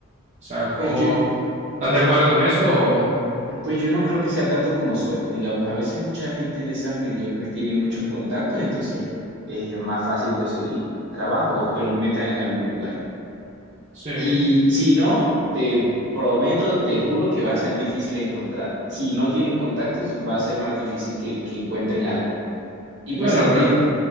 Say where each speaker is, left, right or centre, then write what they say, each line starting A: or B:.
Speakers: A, on the right; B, on the right.
A: O sea,
B: Pues
A: ¿cómo
B: yo,
A: estás de acuerdo con eso? o-
B: pues yo no creo que sea tanto como suerte. Digamos, a veces mucha gente de esas mediocres tiene muchos contactos, entonces les es más fácil conseguir trabajo o que los metan en algún lugar.
A: Sí,
B: Y si no, te prometo, te juro que va a ser difícil encontrar. Si no tienen contactos, va a ser más difícil que, que encuentren algo. Y
A: claro,
B: pues alguien,
A: pero